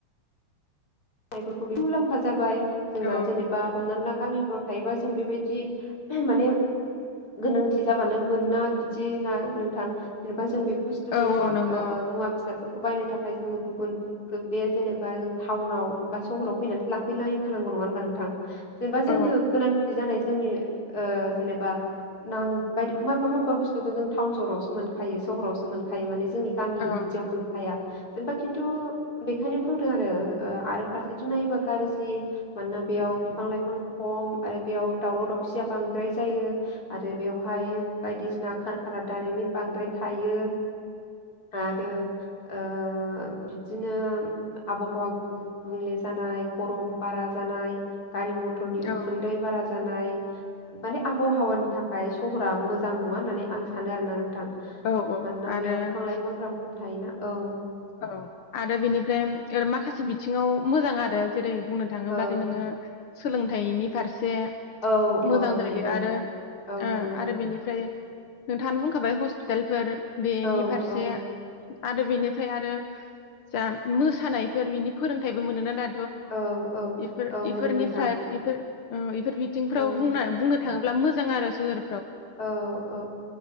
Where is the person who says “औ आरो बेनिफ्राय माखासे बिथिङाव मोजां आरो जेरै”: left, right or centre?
Left